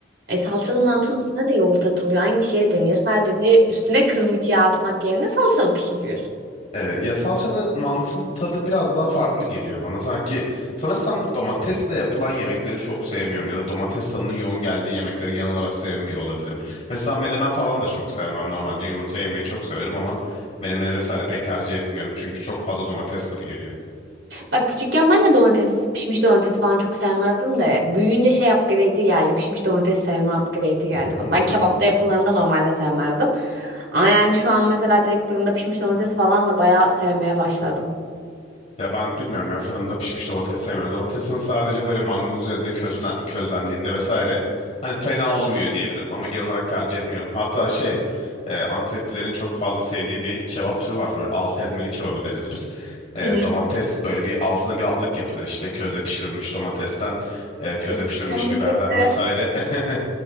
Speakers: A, on the right; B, on the left.
A: E, salçalı mantının üstüne de yoğurt atılıyor. Aynı şeye dönüyor. Sadece üstüne kızmış yağ atmak yerine salçalı pişiriyorsun.
B: E, ya salçalı mantın tadı biraz daha farklı geliyor bana. Sanki sanırsam domatesle yapılan yemekleri çok sevmiyorum ya da domates tadının yoğun geldiği yemekleri genel olarak sevmiyor olabilirim. Mesela menemen falan da çok sevmem. Normalde yumurta yemeyi çok severim ama menemeni vesaire pek tercih etmiyorum çünkü çok fazla domates tadı geliyor.
A: Bak küçükken ben de domates, pişmiş domates falan çok sevmezdim de büyüyünce şey upgrade'i geldi. Pişmiş domates sevme upgrade'i geldi
B: <laughs>
A: bana. Ben kebapta yapılanı da normalde sevmezdim. Ama yani şu an mesela direkt fırında pişmiş domates falan da bayağı sevmeye başladım.
B: Ya ben bilmiyorum ya fırında pişmiş domates sevmiyorum. Domatesin sadece böyle mangal üzerinde közlen, közlendiğinde vesaire hani fena olmuyor diyebilirim ama genel olarak tercih etmiyorum. Hatta şey e, Anteplilerin çok fazla sevdiği bir kebap türü vardır. Böyle alt ezmeli kebabı deriz biz. E,
A: Hı hı.
B: domates böyle bir altına bir altlık yapılır işte közde pişirilmiş domatesten, e, közde
A: Uf,
B: pişirilmiş
A: canım
B: biberden
A: çekti.
B: vesaire. <laughs>